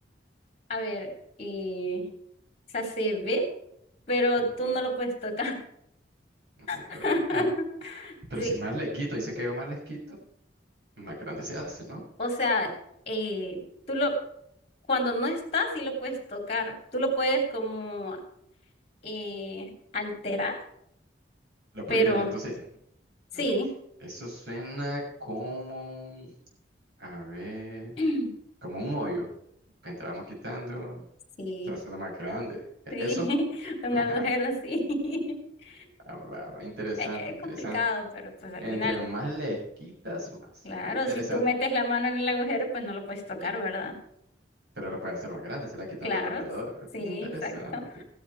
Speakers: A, on the left; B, on the right.
A: A ver, eh, o sea, se ve, pero
B: Ujú,
A: tú no lo puedes tocar.
B: ujú, pero
A: <laughs>
B: otro acá. Pero si más
A: Sí,
B: le quito, dice que yo más les quito, más grande se hace, ¿no?
A: o sea, eh, tú lo, cuando no estás, sí lo puedes tocar. Tú lo puedes como eh, alterar,
B: Lo puedo
A: pero
B: ir a, entonces,
A: sí,
B: no, eso suena como, a ver,
A: <clears throat>
B: como un hoyo que entramos quitando,
A: sí,
B: se va haciendo más grande. ¿E-
A: sí,
B: ¿Eso?
A: <laughs> un
B: <laughs>
A: agujero sí. <laughs>
B: Ah, va, va, interesante,
A: E- Es
B: interesante.
A: complicado, pero pues al
B: Entre
A: final,
B: más le quitas, más.
A: claro,
B: Bueno, interesante,
A: si tú metes la mano en el agujero, pues no lo puedes tocar, ¿verdad?
B: pero lo puede hacer más grande, se la quitando
A: Claro,
B: el alrededor.
A: sí,
B: Interesante.
A: exacto.